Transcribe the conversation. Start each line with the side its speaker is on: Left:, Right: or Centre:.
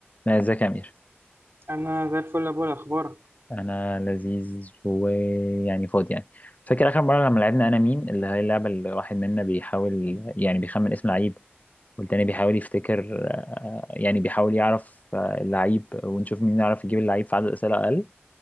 Left: لا ازيك يا امير
Right: انا زي الفل يا بولا اخبارك
Left: انا لذيذ ويعني فاضي يعني فاكر اخر مره لما لعبنا انا مين اللي هي اللعبه اللي واحد منا بيحاول يعني بيخمن اسم لعيب والتاني بيحاول يفتكر آه، يعني بيحاول يعرف آه، اللعيب ونشوف مين يعرف يجيب اللعيب في عدد اسئله اقل